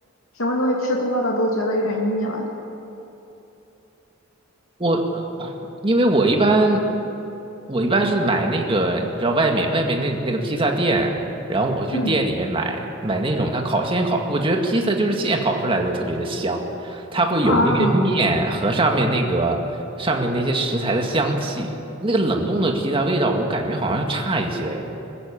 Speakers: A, on the left; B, on the right.
A: 什么东西吃多了都觉得有点腻了。
B: 我因为我一般我一般是买那个，你知道外面外面那那个披萨店，然后我会去店里面买买那种它烤现烤，
A: 嗯，
B: 我觉得披萨就是现烤出来的特别的香，它会有那个面和上面那个上面那些食材的香气，
A: 啊，
B: 那个冷冻的披萨味道我感觉好像差一些。